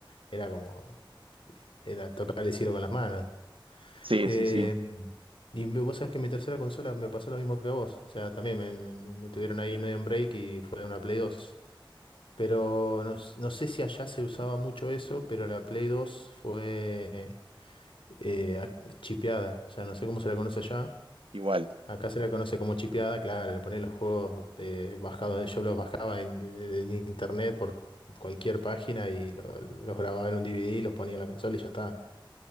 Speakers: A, on the left; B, on the right.
A: era como, era tocar el cielo con las manos.
B: sí,
A: Eh,
B: sí, sí,
A: y mi- vos sabés que mi tercera consola me pasó lo mismo que a vos, o sea, también me, me me tuvieron ahí medio en break y fue una Play 2. Pero no, s- no sé si allá se usaba mucho eso, pero la Play 2 fue eh, a- chipeada. O sea, no sé cómo se la conoce allá.
B: igual.
A: Acá se la conoce como chipeada, claro, le ponen los juegos eh, bajados, yo los bajaba en, de- de- en internet por cualquier página y lo- los grababa en un DVD, los ponía en la consola y ya está.